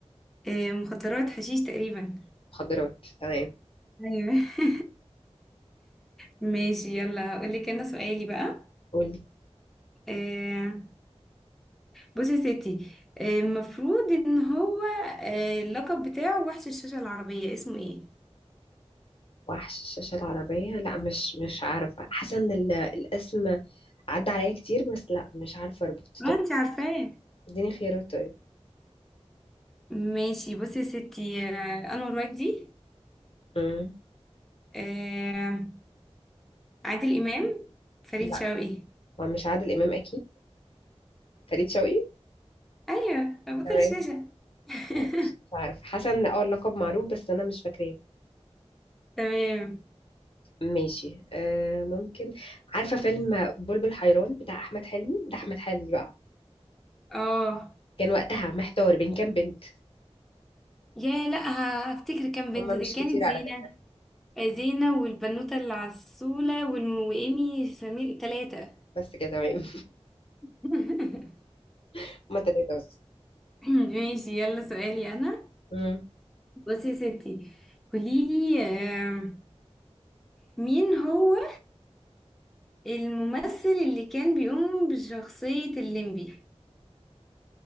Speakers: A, in the centre; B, on the left (about 55°).
A: آه، مخدرات حشيش تقريبا
B: مخدرات تمام
A: ايوه <laughs> ماشي يلا هقولك انا سؤالي بقى
B: قولي
A: آه، بصي يا ستي آه، المفروض ان هو آه، اللقب بتاعه وحش الشاشة العربية اسمه ايه؟
B: وحش الشاشه العربيه لا مش مش عارفه حاسه ان ال- الاسم عدى عليا كتير بس لا مش عارفه اربط
A: اه
B: طب
A: انت عارفاه
B: اديني خيارات طيب
A: ماشي بصي يا ستي آه، انور مجدي
B: امم
A: آه، عادل امام فريد
B: لا
A: شوقي
B: هو مش عادل امام اكيد فريد شوقي
A: ايوه بطل
B: تمام
A: الشاشه <laughs>
B: لا مش مش عارفه حاسه ان اه اللقب معروف بس انا مش فاكراه
A: تمام
B: ماشي آه ممكن عارفه فيلم بلبل حيران بتاع احمد حلمي ده احمد حلمي بقى
A: اه
B: كان وقتها محتار بين كام بنت
A: يا لا ه- هفتكر كام بنت
B: هما مش
A: دي كانت
B: كتير على
A: زينة
B: فكرة
A: زينة والبنوتة العسولة والم- وإيمي سمير تلاتة
B: بس كده تمام
A: <laughs>
B: <laughs> هما تلاتة بس
A: ماشي يلا سؤالي أنا
B: امم
A: بصي يا ستي قوليلي آم، مين هو الممثل اللي كان بيقوم بشخصية الليمبي